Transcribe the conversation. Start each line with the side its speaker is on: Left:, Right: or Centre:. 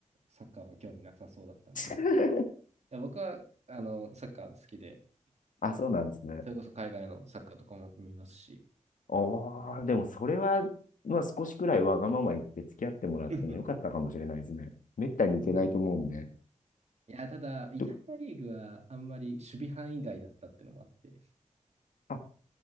Right: サッカーは興味なさそうだったんで、
Left: <laughs>
Right: うんいや僕はあのサッカー好きで、
Left: あ、そうなんですね。
Right: それこそ海外のサッカーとかも見ますし、
Left: おー、でもそれは、まあ少しくらいわがまま言って付き合ってもらってもよかったかもしれないですね。
Right: <laughs> う
Left: めったに行けないと思うんで。
Right: ん。いや、ただ、イタリアリーグはあんまり守備範囲外だったってのもあって、
Left: ちょあ